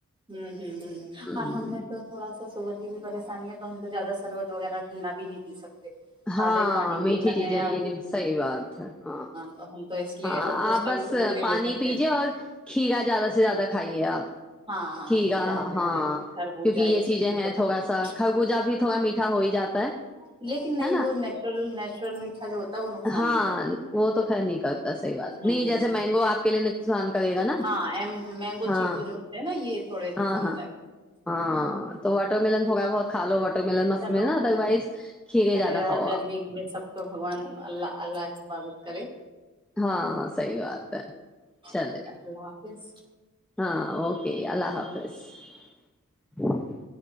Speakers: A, on the right; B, in the centre.
A: ہ ہ ہ
B: ہوں،
A: اور ہم نے تو تھوڑا سا توگر بھی پریشانی ہے تو ہم تو زیادہ سربت وغیرہ ٹھنڈا بھی نہیں سکتے سادہ
B: ہاں
A: ہی پانی
B: میٹھی
A: پینا
B: چیزیں
A: ہے اور
B: یہ نہیں صحیح بات ہے ہاں
A: تو ہم تو اس لیے
B: ہاں
A: ہم تو اس
B: آپ
A: کا
B: بس
A: بھی سکون نہیں
B: پانی
A: لے سکتے
B: پیجیے اور کھیرا زیادہ سے زیادہ کھائیے آپ
A: ہاں ہاں
B: ھ
A: کھیرا
B: گا
A: وغیرہ
B: ہاں
A: خربوجہ
B: کیونکہ یہ
A: سب
B: چیزیں
A: چیز
B: ہیں
A: تو کھا
B: تھوڑا
A: سکتے
B: سا خربوزہ بھی تھوڑا میٹھا ہو ہی جاتا ہے
A: ہیں لیکن نہیں
B: ہے نا
A: وہ نیچرل نیچرل میھا جو ہے وہ نقصان
B: ہاں
A: نہیں
B: وہ تو خیر نہیں کرتا صحی بات
A: ہوں
B: نہیں جیسے
A: ہوں
B: مینگو آپ کے لیے سان کرے گا نا
A: ہاں مینگو
B: ہاں
A: چیکو جو ہوتے ہیں نا یہ تھوڑے نقصان
B: ہاں ہاں
A: دائک
B: ہاں تو واٹر ملن تھوڑا بہت کھا لو واٹر ملن مک
A: چلو
B: میں نا ادر وائز کھیرے
A: چلو
B: زیادہ
A: یار
B: کھاؤ
A: گرمی
B: آپ
A: میں سب تو بگوان اللہ اللہ حفاظت کرے
B: ہاں صحی بات ہے چلے
A: اللہ حافظ
B: ہاں اوکے اللہ حافظ حافظ